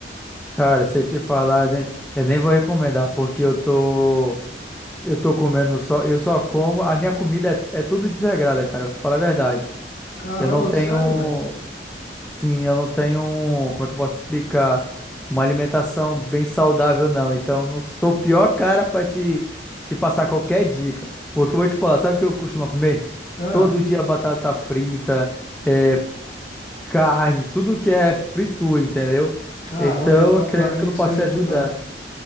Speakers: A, in the centre; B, on the left.
A: Cara, se eu te falar, né, eu nem vou recomendar, porque eu tô, eu tô comendo só, eu só como, a minha comida é, é tudo desregrada, cara, eu te falo a verdade.
B: Caramba,
A: Eu não tenho,
B: sério, velho?
A: sim, eu não tenho, um, como é que eu posso explicar? Uma alimentação bem saudável, não. Então, eu não sou o pior cara pra te, te passar qualquer dica. Porque eu vou te falar, sabe o que eu costumo comer?
B: Ah,
A: Todo dia batata frita, é, carne, tudo que é fritura, entendeu?
B: caramba,
A: Então,
B: então
A: eu creio
B: pra mim
A: que eu não
B: isso
A: posso
B: aí
A: te
B: não
A: ajudar.
B: dá.